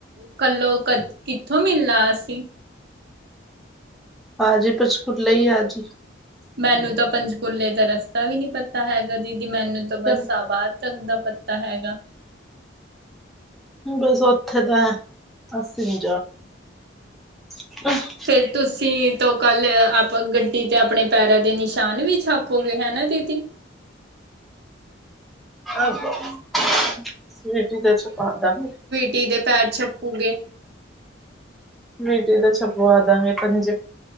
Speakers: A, on the right (about 55°); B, in the centre.
A: ਕਲੋਂ ਕ ਕਿੱਥੋਂ ਮਿਲਣਾ ਅਸੀਂ।
B: ਆ ਜੀ ਪਰ ਸਕੂਲੇ ਈ ਆਜੀ।
A: ਮੈਨੂੰ ਤਾਂ ਪੰਚਕੂਲੇ ਦਾ ਰਸਤਾ ਵੀ ਨਹੀਂ ਪਤਾ ਹੈਗਾ, ਦੀਦੀ ਮੈਨੂੰ ਤਾਂ
B: ਤੇ
A: ਬਸ ਆ ਬ ਤੱਕ ਦਾ ਪੱਤਾ ਹੈਗਾ।
B: ਬਸ ਉਥੇ ਤਾਂ ਅਹਿ ਅਸੀਂ ਨੀ <unintelligible>
A: ਫੇਰ ਤੁਸੀਂ ਤੋਂ ਕੱਲ ਆਪ ਗੱਡੀ ਚ ਆਪਣੇ ਪੈਰਾਂ ਦੇ ਨਿਸ਼ਾਨ ਵੀ ਛਾਪੋਗੇ ਹੈ ਨਾ ਦੀਦੀ?
B: <unintelligible>
A: ਧੀ ਦੇ ਪੈਰ ਛਪੂਗੇ
B: ਸਵੀਟੀ ਦੇ ਛਪਵਾ ਦਾਂਗੇ ਪੰਜੇ।